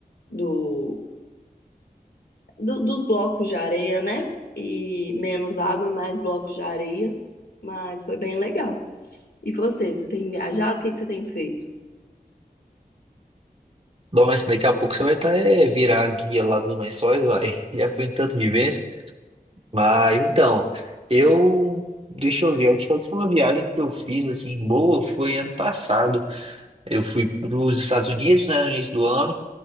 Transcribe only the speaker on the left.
do, do- dos blocos de areia, né? E menos água e mais blocos de areia. Mas foi bem legal. E você, você tem viajado? O que que você tem feito?